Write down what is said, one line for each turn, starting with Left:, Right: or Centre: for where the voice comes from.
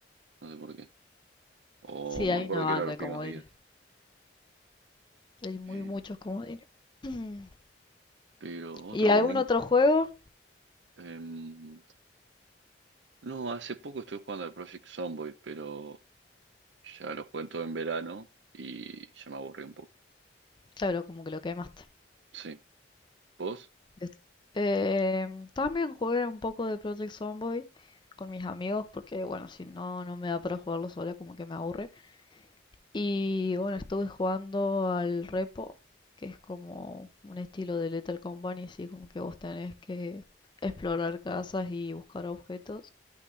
Right: No sé por qué. O
Left: Sí,
Right: me
Left: hay
Right: acuerdo
Left: una banda
Right: que era los
Left: de
Right: primeros
Left: comodines.
Right: días.
Left: Hay muy
Right: Eh,
Left: muchos comodines. <clears throat>
Right: pero otro
Left: ¿Y algún
Right: comodín.
Left: otro juego?
Right: em, no, hace poco estuve jugando al Project Zomboid, pero ya lo jugué todo en verano y ya me aburrí un poco.
Left: Claro, como que lo quemaste.
Right: Sí. ¿Vos?
Left: Des- Eh, también jugué un poco de Project Zomboid con mis amigos porque, bueno, si no, no me da para jugarlo sola, como que me aburre. Y bueno, estuve jugando al Repo, que es como un estilo de Lethal Company, así como que vos tenés que explorar casas y buscar objetos